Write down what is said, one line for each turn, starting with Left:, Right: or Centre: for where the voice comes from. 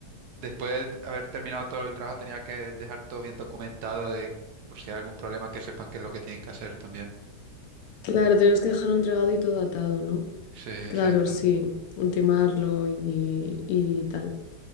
Right: Después de haber terminado todo el trabajo, tenía que dejar todo bien documentado de por si hay algún problema que sepan qué es lo que tienen que hacer también.
Left: Claro, tenemos que dejarlo entregado y todo atado, ¿no?
Right: Sí,
Left: Claro,
Right: exacto.
Left: sí. Ultimarlo y, y tal.